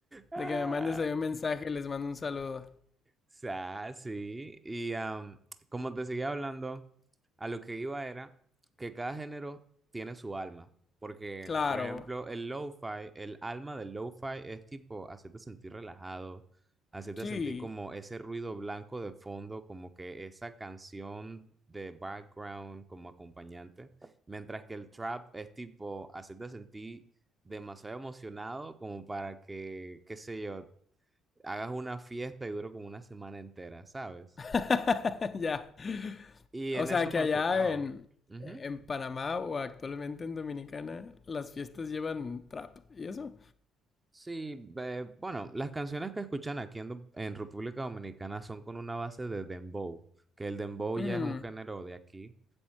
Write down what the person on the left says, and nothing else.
de que me mandes ahí un mensaje y les mando un saludo.
Claro.
Sí.
<laughs> Ya.
O
sea,
que
allá
en,
en Panamá o actualmente en Dominicana, las fiestas llevan trap. ¿Y eso?
Mm,